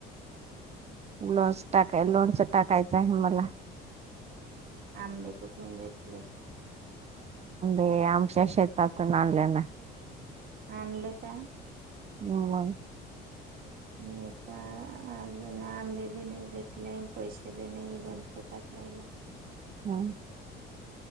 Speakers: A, on the right; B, on the right.
A: लॉस टाकाय लोणचं टाकायचं आहे मला.
B: आंबे कुठून भेटले?
A: आंबे आमच्या शेेतातून आणले ना.
B: आणल का?
A: हो
B: निता ना आंबे बी नाही भेटलेन. पैसे बी नाही दोणको टाकायला.
A: हम्म